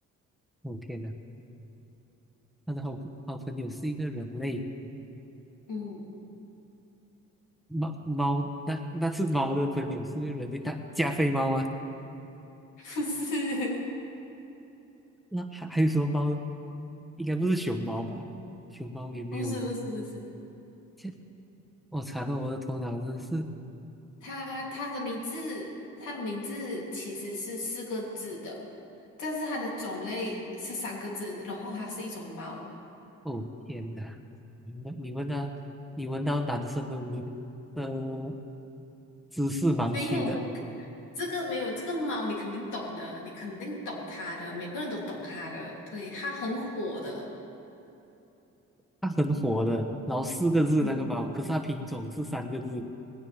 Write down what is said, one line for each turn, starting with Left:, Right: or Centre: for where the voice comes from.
Centre: 我、天呐，他的好好朋友是一个人类，
Left: 嗯，
Centre: 猫猫那那是猫的朋友是个人类，大加菲猫啊？
Left: 不是
Centre: 那还还有什么猫呢应该不是熊猫吧？熊猫也没有。
Left: <laughs> 不是不是不是，
Centre: 切我惨了，我的头脑真的是。
Left: 他他的名字，他的名字其实是四个字的，但是它的种类是三个字，然后它是一种猫。
Centre: 哦天哪！你们你闻到你闻到男生的无的知识盲区的，
Left: 没有这个，没有这个猫，你肯定懂的，你肯定懂它的，每个人都懂它的，对，它很火的。
Centre: 他很火的，然后四个字那个猫，
Left: 嗯
Centre: 可是它品种是三个字